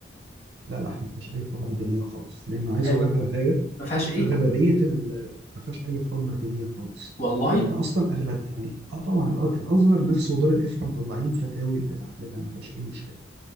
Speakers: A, on the right; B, on the left.
A: لا لا ما فيهاش اي حرمه دينيه خالص لان عايز
B: أه،
A: اقول لك على حاجه
B: ما فيهاش ايه
A: اغلبيه ال... ما فيهاش اي حرمه دينيه خالص
B: والله
A: لان اصلا اغلب يعني اه طبعا الأ- الازهر نفسه ودار الافتاء مطلعين فتاوي بتحليلها ما فيهاش اي مشكله